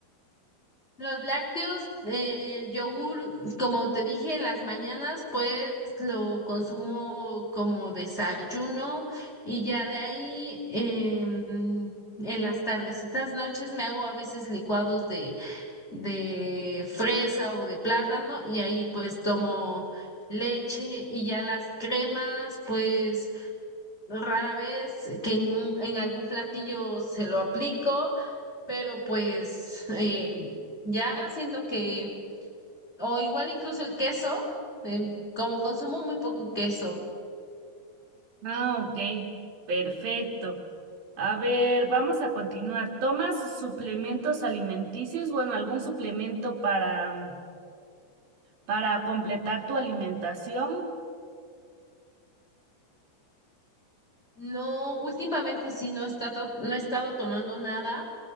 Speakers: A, on the left; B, on the right.
A: Los lácteos, eh, el yogur, como te dije, en las mañanas, pues lo consumo como desayuno y ya de ahí em, en las tardecitas, noches me hago a veces licuados de, de fresa o de plátano y ahí pues tomo leche y ya las cremas, pues Rara vez que en, en algún platillo se lo aplico, pero pues eh, ya siento que, o igual incluso el queso, em, como consumo muy poco queso.
B: Ah, ok, perfecto. A ver, vamos a continuar. ¿Tomas suplementos alimenticios? Bueno, algún suplemento para, mm, para completar tu alimentación.
A: No, últimamente sí no he estado, no he estado tomando nada,